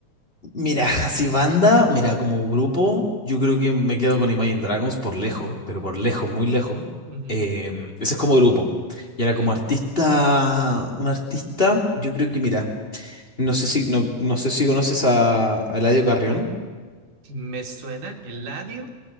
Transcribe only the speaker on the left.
Mira, <laughs> así banda, mira, como grupo, yo creo que me quedo con Imagine Dragons por lejos, pero por lejos, muy lejos.
Em, ese es como grupo. Y
ahora como artista, un artista, yo creo que mira, no sé si, no, no sé si conoces a, a Eladio Carrión.